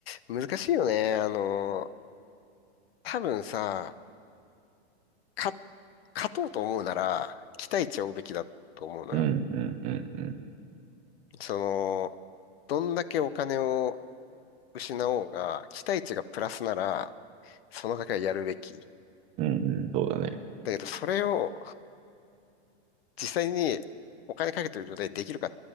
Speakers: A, on the left (about 60°); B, on the right (about 20°).
A: 難しいよね。あの、多分さ、か、勝とうと思うなら、期待値を追うべきだと思うのよ。
B: うん、うん、うん、うん。
A: その、どんだけお金を失おうが、期待値がプラスなら、その賭けはやるべき。
B: うん、うんそうだね。
A: だけど、それを実際にお金かけてる状態でできるかっ